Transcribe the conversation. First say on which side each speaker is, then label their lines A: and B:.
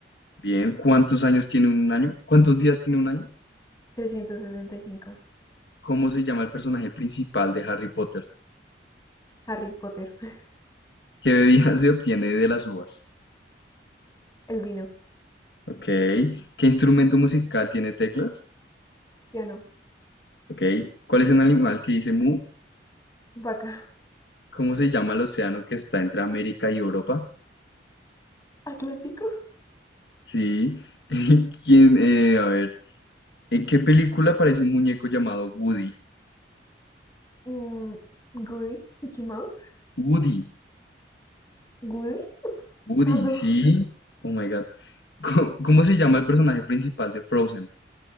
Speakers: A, on the left (about 65°); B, on the left (about 20°).
A: Bien, ¿cuántos años tiene un año? ¿Cuántos días tiene un año?
B: trescientos sesenta y cinco
A: ¿Cómo se llama el personaje principal de Harry Potter?
B: Harry Potter, <laughs>
A: ¿Qué bebida <laughs> se obtiene de las uvas?
B: el vino,
A: ¿Ok? ¿Qué instrumento musical tiene teclas?
B: piano,
A: Ok. ¿Cuál es un animal que dice mu?
B: vaca,
A: ¿Cómo se llama el océano que está entre América y Europa?
B: <laughs> Atlántico,
A: Sí. <laughs> ¿Quién? eh, a ver. ¿En qué película aparece un muñeco llamado Woody?
B: mm, Goody, Mickey Mouse,
A: Woody.
B: Goody,
A: Woody,
B: paso,
A: sí. Oh my God. ¿Cómo, cómo se llama el personaje principal de Frozen?